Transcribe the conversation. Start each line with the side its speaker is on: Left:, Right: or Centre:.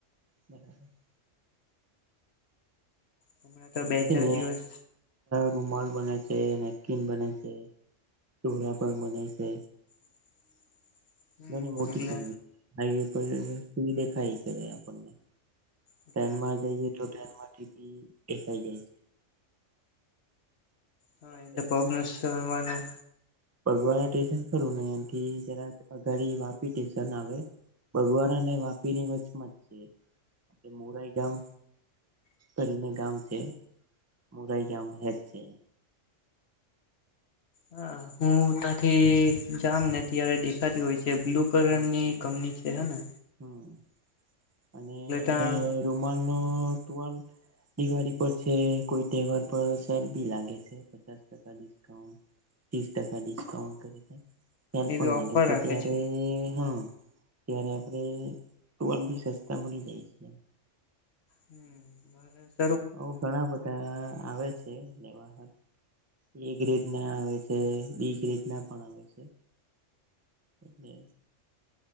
Right: બરાબર <inaudible>
Left: હમણાં તો
Right: મા
Left: બે
Right: છેને
Left: ચાર દિવસ
Right: રૂમાલ બને છે નેપકીિન બને છે દોરા પણ બને છે
Left: હમ <inaudible>
Right: ઘણી મોટી
Left: એટલે
Right: કંપની હાઈવે પર સુ દેખાઈ કરે આપણને
Left: એટલે
Right: ટ્રેનમાં જઈએ તો ટ્રેનમાં થી દેખાય જાય
Left: હા એટલે
Right: છે.
Left: પગ નવા <unintelligible>
Right: બગવાડા સ્ટેશન ખરું ને એન થી જરા અઘાડી વાપી સ્ટેશન આવે. બગવાડા અને વાપીની વચમાં જે મોરાઈ ગામ. કરી ને ગામ છે મોરાઈ ગામ હેજ છે.
Left: હા હું ત્યાંથી જામ ને ત્યારે દેખાતી હોય છે બ્લુ કલરની
Right: હમ્મ
Left: કંપની છે હે ને
Right: હમ્મ અને
Left: એટલે ત્યાં
Right: <unintelligible> નોં તમારે દિવાળી પર છે કોઈ તહેવાર પર સેલ બી લાગે છે પચાસ ટકા. ડિસ્કાઉન્ટ તીસ ટકા ડિસ્કાઉન્ટ <unintelligible> ત્યારે
Left: એવી
Right: પણ લાગે
Left: ઓફર
Right: તે
Left: રાખે
Right: હવે
Left: છે
Right: હા, ત્યારે આપણેે ટુવાલ બી સસ્તા મળી જાય છે.
Left: હમ્મ નાના જ
Right: બહુ ઘણા બધા આવે છે લેવા હાટ એ ગ્રેડ ના આવે છે બી ગ્રેડ ના પણ આવે છે એટલે